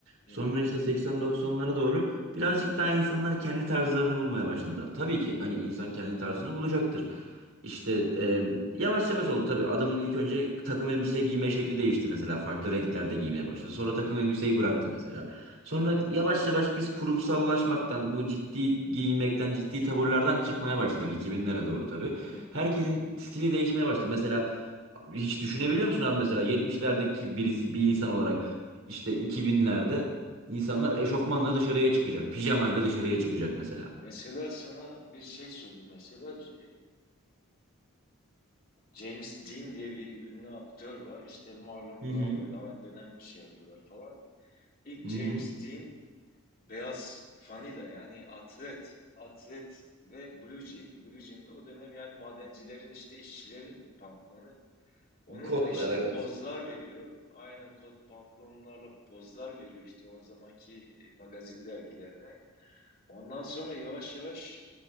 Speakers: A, on the left; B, on the right.
A: hı
B: Sonra
A: hı,
B: işte 80-90'lara doğru birazcık daha insanlar kendi tarzlarını bulmaya başladılar. Tabii ki hani insan kendi tarzını bulacaktır. İşte e, yavaş yavaş oldu tabii. Adamın ilk önce takım elbise giyme şekli değişti mesela. Farklı renklerde giymeye başladı. Sonra takım elbiseyi bıraktı mesela. Sonra yavaş yavaş biz kurumsallaşmaktan, bu ciddi giyinmekten, ciddi taburlardan çıkmaya başladık 2000'lere doğru tabii.
A: hı hı.
B: Herkesin stili değişmeye başladı. Mesela hiç düşünebiliyor musun abi mesela 70'lerdeki birisi, bir insan olarak işte 2000'lerde insanlar eşofmanla dışarıya çıkacak, pijamayla dışarıya çıkacak mesela.
A: Mesela sana bir şey söyleyeyim. Mesela e, James Dean diye bir ünlü aktör var. İşte Marlon
B: Hı
A: Brando
B: hı.
A: ile aynı dönem bir şey yapıyorlar falan. İlk
B: Hı hı.
A: James Dean Beyaz fanila yani atlet, atlet ve blue jean. Blue jean de o dönem yani madencilerin işte işçilerin pantolonu. Onunla
B: Kodlar
A: işte
B: evet.
A: pozlar veriyor. Aynen kot pantolonlarla pozlar veriyor işte o zamanki e, magazin dergilerine. Ondan sonra yavaş yavaş